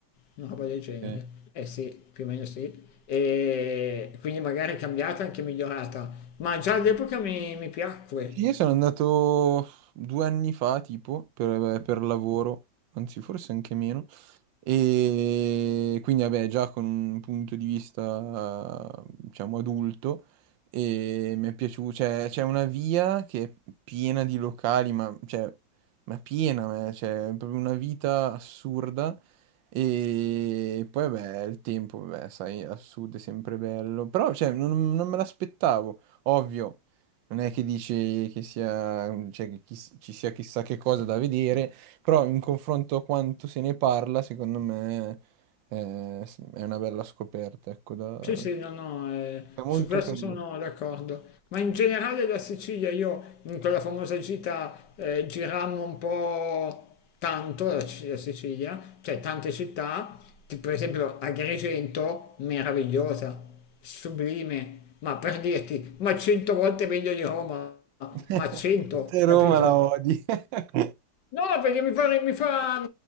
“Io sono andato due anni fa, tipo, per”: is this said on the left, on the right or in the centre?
Right